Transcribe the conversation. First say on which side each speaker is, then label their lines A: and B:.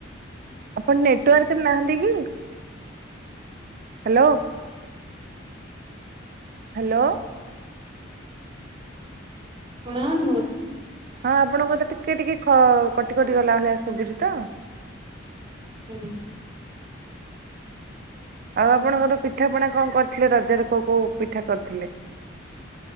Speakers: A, on the right; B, on the right.
A: ଆପଣ ନେଟୱାର୍କରେ ନାହାନ୍ତି କି? ହାଲୋ। ହାଲୋ।
B: ଶୁଣାଯାଉନି ମୋର?
A: ହଁ ଆପଣଙ୍କ ତ ଟିକେ ଟିକେ ଖ କଟି କଟି ଗଲା ଭଳିଆ ଶୁବୁଚି ତ।
B: <unintelligible>
A: ଆଉ ଆପଣଙ୍କର ପିଠାପଣା କଣ କରିଥିଲେ ରଜରେ କୋଉ କୋଉ ପିଠା କରିଥିଲେ?